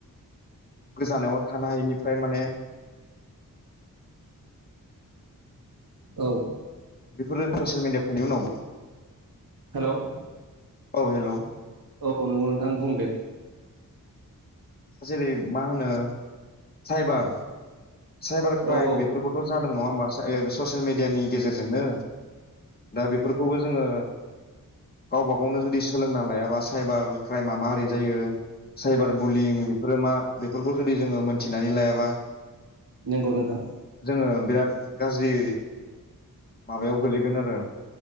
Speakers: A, on the left; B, on the right.
A: गोजानाव थानो हायिनिफ्राय माने
B: औ।
A: बेफोरो ससियेल मिडिया फैनायनि उनावबो।
B: हेल'
A: औ हेल'।
B: औ नंगौ नोंथां बुं दे।
A: द जेरै मा होनो साबायखर। साइबार क्राइम
B: औ औ
A: बेफोरबोथ' जादों नङा होमबा ससियेल मिडियानि गेजेरजोंनो। दा बेफोरखौबो जोङो गावबा गावनो जुदि सोलोंना लायाबा। साइबार क्राइमा माबोरै जायो साइबार बुलिं बेफोरो मा? बेफोरखौ जुदि जोङो मोनथिनानै लायाबा
B: नंगौ नोंथां।
A: जोङो बिराद गाज्रि। माबायाव गोलैगोन आरो